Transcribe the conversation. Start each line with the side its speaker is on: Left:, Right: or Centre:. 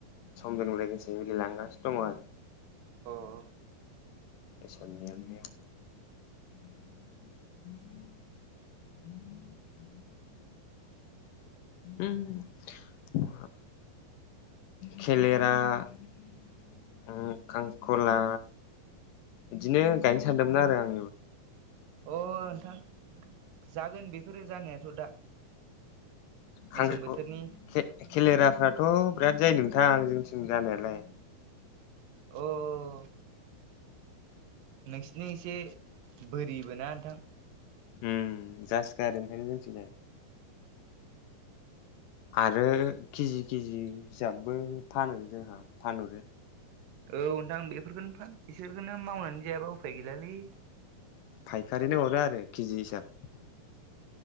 Left: समजों लोगोसे मिलायलांगासिनो दङ आरो
Right: अह
Left: इसोरनि अननायाव <inaudible> उम खेलेरा <inaudible> खांख्रिख'ला बिदिनो गायनो सानदोंमोन आरो आं
Right: अ नोंथां जागोन बेफोरो जानायाथ' दा मेसें
Left: खांख्रिख'ला
Right: बोथोरनि
Left: खेलेराफ्राथ' बिराद जायो नोंथां जोंथिं जानायालाय
Right: औ नोंसिनि एसे बोरिबो ना नोंथां
Left: ओम जासोगारो ओंखायनो जोंनिथिंजाय आरो केजि केजि हिसाबबो फानो जोंहा फानहरो
Right: औ नोंथां आं बेफोरखौनो फा बिसोरखौनो मावनानै जायाबा उफाय गैलालै
Left: फायखारिनो हरो आरो केजि हिसाब